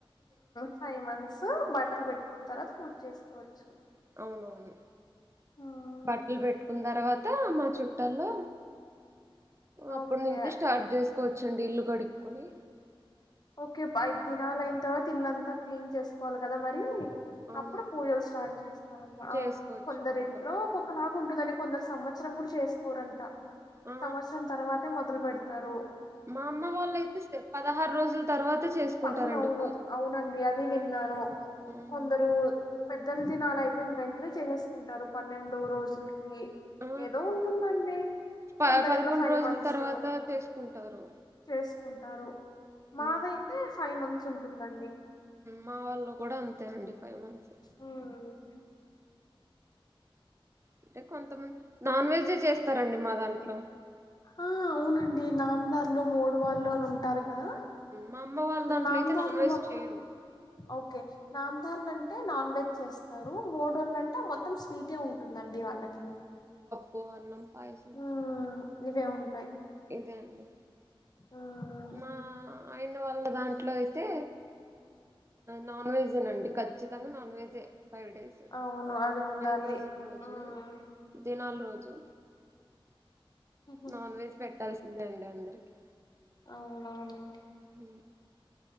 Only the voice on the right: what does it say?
అవునవును
బట్టలు పెట్టుకున్న తర్వాత మా చుట్టల్లో అప్పుడు
నుంచి స్టార్ట్ చేసు చ్చండి ఇల్లు కడుక్కుని
అవును
చేసుకోవచ్చు
ఒకరు
ఆ
మా అమ్మ వాళ్ళు అయితే పదహారు రోజుల తర్వాత చేసుకుంటారండి
పూజ
ఉమ్.
ఆ
ప
పదకొండు
రోజుల
తర్వాత చేసుకుంటారు
ఉమ్.
మా వాళ్ళ కూడా అంతే అండి ఫైవ్ మంత్స్
అంటే కొంతమంది నాన్ వెజే చేస్తారండి మా దాంట్లో
మా అమ్మ వాళ్ళ దాంట్లో
అయితే నాన్ వెజ్
చేయరు
బావున్నం పాయసం
ఇదే అండి
మా ఆయన వల్ల దాంట్లో అయితే నాన్ వెజేనండి ఖచ్చితంగా నాన్ వెజే ఫైవ్ డేస్
ఐదు రోజుల రోజు
దినాలు రోజు
నాన్ వెెజ్ పెట్ట కలిసిందేండి అందరికి
మ్